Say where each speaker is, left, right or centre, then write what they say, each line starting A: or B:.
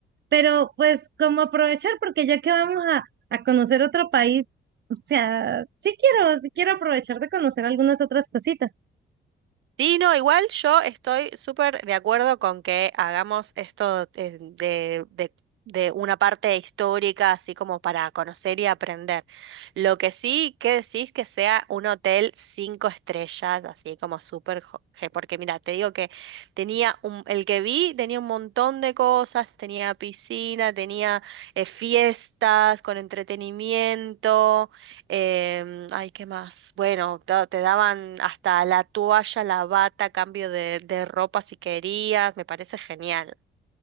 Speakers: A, on the right (about 60°); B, on the right (about 75°).
A: pero pues como aprovechar, porque ya que vamos a, a conocer otro país, o sea, sí quiero, sí quiero aprovechar de conocer algunas otras cositas.
B: Sí, no, igual yo estoy súper de acuerdo con que hagamos esto eh, de, de, de una parte histórica, así como para conocer y aprender. Lo que sí, que decís que sea un hotel cinco estrellas, así como súper, jo- je- porque mira, te digo que tenía un, el que vi tenía un montón de cosas, tenía piscina, tenía eh, fiestas con entretenimiento. Em, ay, ¿qué más? Bueno, ta- te, daban hasta la toalla, la bata, cambio de, de ropa si querías, me parece genial.